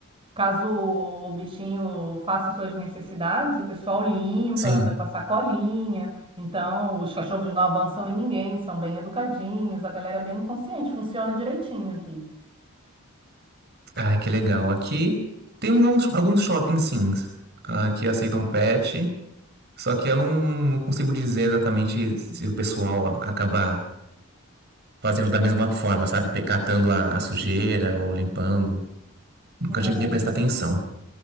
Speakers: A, on the right; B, on the right.
A: Caso o bichinho faça suas necessidades, o pessoal limpa,
B: sim.
A: anda com a sacolinha. Então, os cachorros não avançam em ninguém, são bem educadinhos, a galera é bem consciente, funciona direitinho aqui.
B: Ah, que legal. Aqui tem alguns, alguns shoppings, sim, ah, que aceitam pet, só que eu não, não consigo dizer exatamente se o pessoal acaba fazendo da mesma forma, sabe? Pe- Catando a, a sujeira ou limpando. Nunca
A: É.
B: cheguei a prestar atenção.